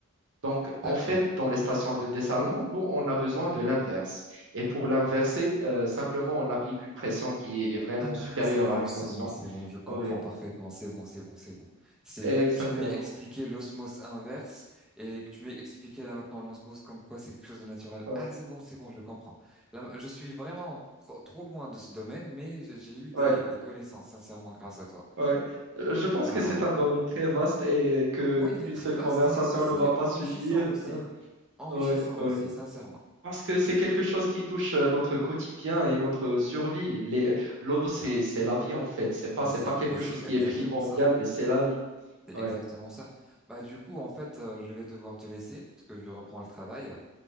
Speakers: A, on the right (about 60°); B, in the centre.
A: Donc, en
B: d'accord.
A: fait, dans les stations de dessalement, nous, on a besoin de l'inverse. Et pour l'inverser, euh, simplement, on applique une pression qui est vraiment supérieure
B: Ah, C'est bon,
A: à une
B: c'est
A: notion.
B: bon, c'est bon, je comprends
A: Ouais,
B: parfaitement, c'est bon, c'est bon, c'est bon. C'est
A: exactement.
B: bien que tu m'aies expliqué l'osmose inverse et que tu m'aies expliqué là maintenant l'osmose comme quoi c'est quelque chose de naturel.
A: Ouais,
B: Ah, c'est bon, c'est bon, je comprends. Là, je suis vraiment trop, trop loin de ce domaine, mais j'ai j'ai eu
A: ouais,
B: des, des connaissances, sincèrement, grâce à toi.
A: ouais. Euh, Je pense
B: Bah,
A: que c'est un domaine très vaste et que
B: ouais, il est
A: qu'une
B: très
A: seule
B: vaste
A: conversation
B: et aussi
A: ne va pas
B: enrichissant
A: suffire.
B: aussi.
A: <laughs>
B: Enrichissant
A: Ouais, ouais.
B: aussi, sincèrement.
A: Parce que c'est quelque chose qui touche euh, notre quotidien et notre survie. Les... L'eau, c'est, c'est la vie, en fait. C'est pas,
B: Mais
A: c'est
B: c'est,
A: pas quelque
B: mais c'est
A: chose qui
B: exactement
A: est primordial,
B: ça.
A: mais c'est la vie.
B: C'est
A: Ouais.
B: exactement ça. Bah, du coup, en fait, euh, je vais devoir te laisser parce que je reprends le travail.